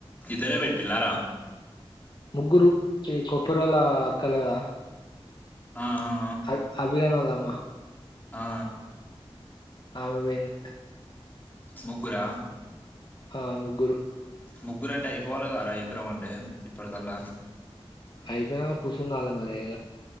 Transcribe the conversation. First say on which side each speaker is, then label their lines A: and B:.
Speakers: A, on the left (about 15°); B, on the left (about 45°).
A: ఇద్దరే పెట్టిల్లార
B: ముగ్గురు ఇ కొప్పరొళ్ళ అక్క లేదా
A: ఆ అ
B: అబ్ అభిగానొల్లమ్మ
A: ఆ! ఆ!
B: ఆమె పెయ్ంది
A: ముగ్గురా
B: ఆ ముగ్గురు
A: ముగ్గురంటె ఐపోవాలె గదర ఎకరమంటె ఇప్పటికల్ల
B: ఐపెయ్నాక కుసుందాల మరె ఇగ